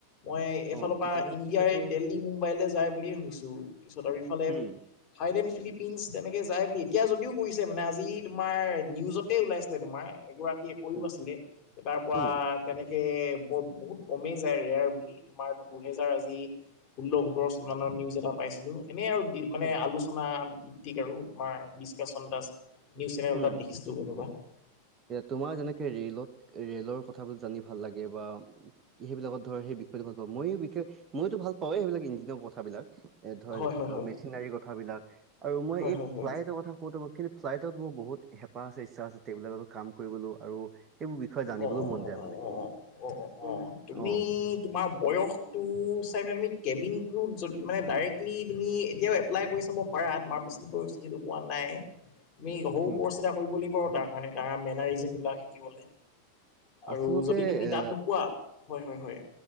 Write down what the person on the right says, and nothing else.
অ',
কিতাপে
পত্ৰেতো
হুম,
হুম,
হুম,
হুম,
হুম।
তোমাৰ যেনেকে ৰেলত ৰেলৰ কথাবোৰ জানি ভাল লাগে বা সেইবিলাকত ধৰ সেই বিষয়টো ভালপাও মইও বিশেষ ময়ও ভালপাৱ সেইবিলাক ইঞ্জিনিয়াৰৰ কথাবিলাক এ ধৰ
মেচিনাৰী কথাবিলাক আৰু মই
এই
ফ্লাইটৰ কথা কওঁতো মই কি ফ্লাইটত মোৰ বহুত হেঁপাহ আছে ইচ্ছা আছে বিলাকতো কাম কৰিবলৈ আৰু সেইবোৰ বিষয়ে জানিবলৈও
মন
যায়
মানে
অ'
<inaudible>
উম
আচলতে
এ